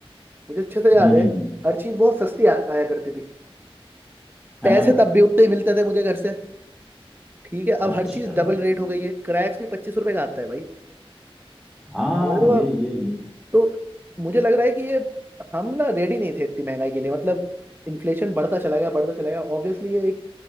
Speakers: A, on the right; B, in the centre.
A: मुझे अच्छे से याद
B: हम्म
A: है
B: हम्म हम्म,
A: हर चीज बहुत सस्ती आ, आया करती थी पैसे
B: है ना
A: तब भी उतने ही मिलते थे मुझे घर से ठीक है
B: अच्छा
A: अब हर चीज डबल रेट हो गई है क्रैक्स भी पच्चीस रुपए का आता है भाई
B: हाँ
A: समझ रहे हो
B: ये
A: आप
B: ये ये
A: तो मुझे लग रहा है कि ये हम ना रेडी नहीं थे इतनी महंगाई के लिए मतलब इन्फ्लेशन बढ़ता चला गया बढ़ता चला गया ऑब्वियसली ये एक